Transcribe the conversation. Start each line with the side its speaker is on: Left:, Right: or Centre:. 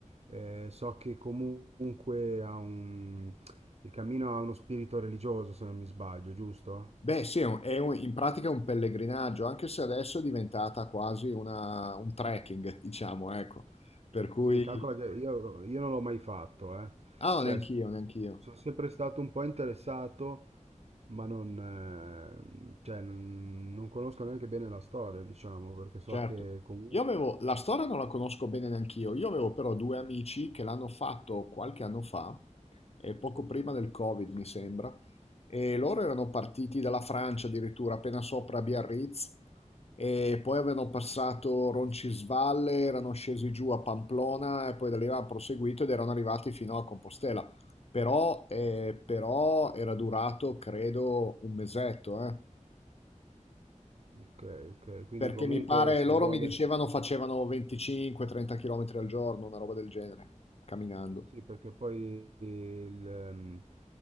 Right: eh, so che comunque ha un il cammino ha uno spirito religioso, se non mi sbaglio, giusto?
Left: Beh, sì, è un- è un- in pratica è un pellegrinaggio, anche se adesso è diventata quasi una- un trekking, <laughs> diciamo, ecco. Per cui...
Right: Sì, calcola che io, io non l'ho mai fatto, eh.
Left: Ah, no,
Right: Cioè,
Left: neanch'io,
Right: s-
Left: neanch'io,
Right: sono sempre stato un po' interessato, ma non, eh, cioè, non, non conosco neanche bene la storia, diciamo, perché so
Left: certo.
Right: che comunque,
Left: Io avevo... La storia non la conosco bene neanch'io, io avevo però due amici che l'hanno fatto qualche anno fa, e poco prima del Covid, mi sembra, e loro erano partiti dalla Francia addirittura, appena sopra Biarritz, e poi avevano passato Roncisvalle, erano scesi giù a Pamplona e poi da lì avevano proseguito ed erano arrivati fino a Compostela. Però, eh, però era durato, credo, un mesetto, eh.
Right: ok, ok, quindi
Left: Perché
Right: comunque
Left: mi pare,
Right: ci
Left: loro
Right: vuole.
Left: mi dicevano facevano 25-30 km al giorno, una roba del genere, camminando.
Right: Sì, perché poi il, ehm,